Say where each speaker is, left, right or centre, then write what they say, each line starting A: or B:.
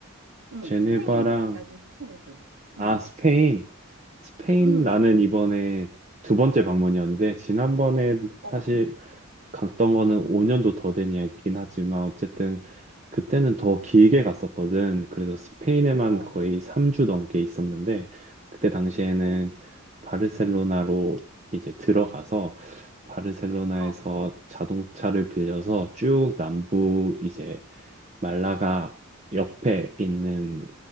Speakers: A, on the right; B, on the right.
A: 응,
B: 제네바랑,
A: 스페인 나 좀 추천해줘.
B: 아,
A: 응,
B: 스페인. 스페인
A: 응,
B: 나는 이번에 두 번째 방문이었는데, 지난번에
A: 어,
B: 사실 갔던 거는 5년도 더 된 이야기긴 하지만 어쨌든 그때는 더 길게 갔었거든. 그래서 스페인에만
A: 어,
B: 거의 3주 넘게 있었는데 그때 당시에는
A: 어,
B: 바르셀로나로 이제 들어가서 바르셀로나에서
A: 어, 어.
B: 자동차를 빌려서 쭉 남부 이제 말라가 옆에 있는